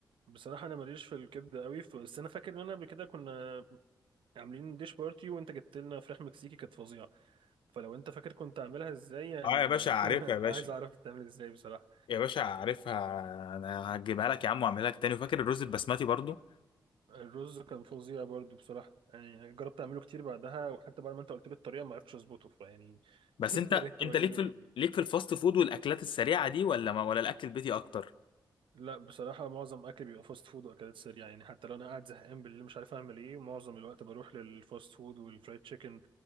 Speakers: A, on the right; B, on the left.
A: بصراحة أنا ماليش في الكبدة قوي ف- بس أنا فاكر إن أنا قبل كده كنا عاملين ديش بارتي وأنت جبت لنا فراخ مكسيكي كانت فظيعة فلو أنت فاكر كنت عاملها إزاي يعني
B: اه يا باشا عارفها
A: <laughs>
B: يا باشا
A: عايز أعرف بتعمل إزاي بصراحة
B: يا باشا عارفها انا هجيبها لك يا عم واعملها لك تاني وفاكر الرز البسمتي برضو
A: الرز كان فظيع برضو بصراحة يعني جربت أعمله كتير بعدها وحتى بعد ما أنت قلت لي الطريقة ما عرفتش أظبطه فيعني
B: بس
A: <laughs>
B: انت
A: يا ريت تبقى
B: انت
A: تجيب
B: ليك
A: لي
B: في
A: منه
B: ال... ليك في الفاست فود والاكلات السريعه دي ولا ما... ولا الاكل البيتي اكتر
A: لا بصراحة معظم أكلي بيبقى فاست فود وأكلات سريعة يعني حتى لو أنا قاعد زهقان بالليل مش عارف أعمل إيه معظم الوقت بروح للفاست فود والفرايد تشيكن